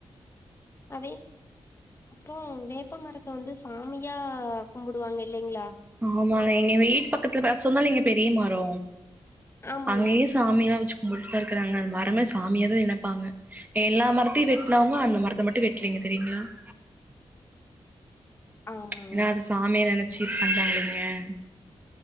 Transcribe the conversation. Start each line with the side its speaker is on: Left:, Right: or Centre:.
Left: அதி அப்ற வேப்ப மரத்த வந்து சாமியா கும்புடுவாங்க இல்லைங்ளா
Right: அம்மா எனை வீட் பக்கத்ல பேச சொன்னல் நீங்க பெரியமரோ
Left: ஆமாங்க
Right: அங்கியே சாமிலா வச்சு கும்புட்டுடுதா இருக்கறாங்க மரமே சா சாமியாதா நெனப்பாங்க எல்லா மரத்தையு வெட்டனவுங்க அந்த மரத்த மட்டு வெட்லீங்க தெரியுங்ளா <inaudible>
Left: ஆமாங்க
Right: ஏனா அது சாமிய நெனச்சு இது பண்றாங்கல்லிங்க